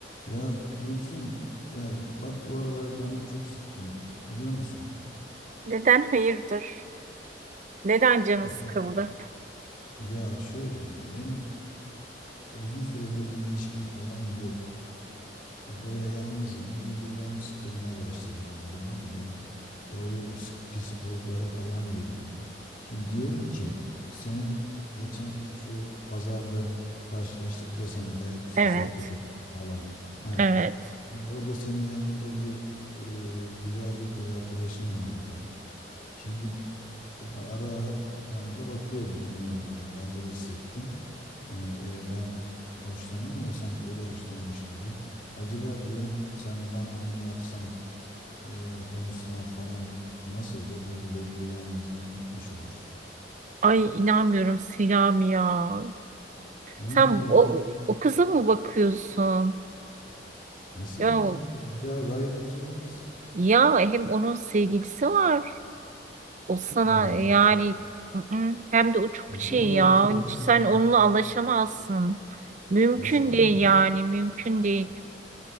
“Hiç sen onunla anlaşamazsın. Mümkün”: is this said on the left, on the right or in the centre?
Right